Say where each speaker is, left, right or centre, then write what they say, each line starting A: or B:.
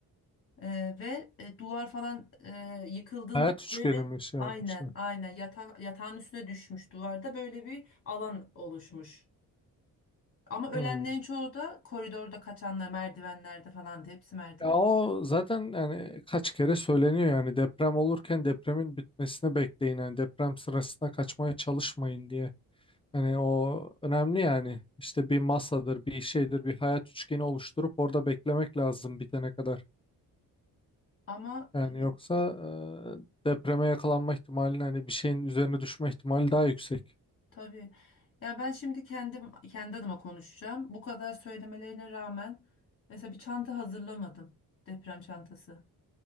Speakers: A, on the left; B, on the left.
A: e, ve e, duvar falan e, yıkıldığında
B: Hayat üçgeni
A: böyle
B: mi şey
A: aynen
B: yapmışlar?
A: aynen yata, yatağın üstüne düşmüş duvarda böyle bir alan oluşmuş. Ama ölenlerin
B: Hmm.
A: çoğu da koridorda kaçanlar, merdivenlerde falan da hepsi merdiven.
B: Ya o zaten yani kaç kere söyleniyor yani deprem olurken depremin bitmesini bekleyin yani deprem sırasında kaçmaya çalışmayın diye. Hani o önemli yani işte bir masadır bir şeydir bir hayat üçgeni oluşturup orada beklemek lazım bitene kadar.
A: Ama
B: Yani
A: e,
B: yoksa e, depreme yakalanma ihtimali hani bir şeyin üzerine düşme ihtimali daha yüksek.
A: tabii ya ben şimdi kendim kendi adıma konuşacağım. Bu kadar söylemelerine rağmen mesela bir çanta hazırlamadım. Deprem çantası.